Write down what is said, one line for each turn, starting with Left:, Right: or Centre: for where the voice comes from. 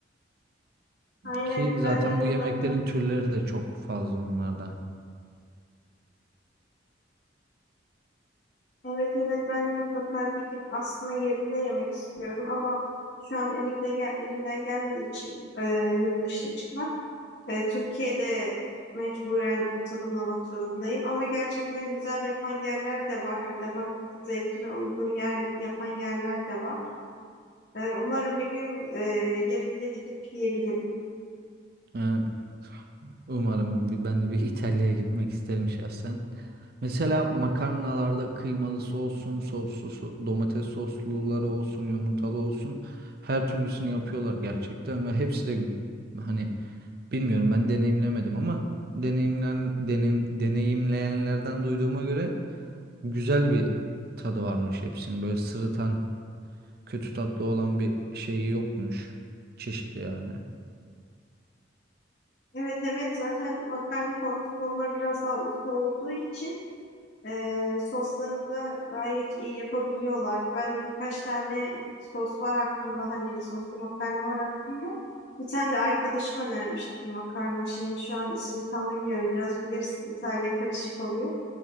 Left: Aynen
Right: Ki zaten
Left: ben de mutlaka
Right: bu yemeklerin türleri de çok fazla onlarda.
Left: evet evet ben de mutlaka gidip aslında yerinde yemek istiyorum ama şu an elimde gel- elimden gelmediği için e, yurt dışına çıkmak. E, Türkiye'de mecburen tadımlamak zorundayım ama gerçekten güzel yapan yerler de var. Hem damak zevkime uygun yer yapan yerler de var. E, umarım bir gün e, yerinde gidip yiyebilirim.
Right: Yani Umarım bir- ben de bir İtalya'ya gitmek isterim şahsen. Mesela makarnalarda kıymalısı olsun, soslu, so- domates sosluları olsun, yumurtalı olsun. Her türlüsünü yapıyorlar gerçekten ve hepsi de hani bilmiyorum ben deneyimlemedim ama deneyimlen deneyim, deneyimleyenlerden duyduğuma göre güzel bir tadı varmış hepsinin. Böyle sırıtan, kötü tatlı olan bir şeyi yokmuş. Çeşidi yani.
Left: Evet evet zaten makarna konusunda onlar biraz daha usta olduğu için Ee, soslarını da gayet iyi yapabiliyorlar. Ben de birkaç tane sos var aklımda. Hani soslu makarna var aklımda. Bir tane de arkadaşım önermişti bir makarna şeyini. Şu an ismini tam bilmiyorum. Biraz bilirsin. İtalya karışık oluyor.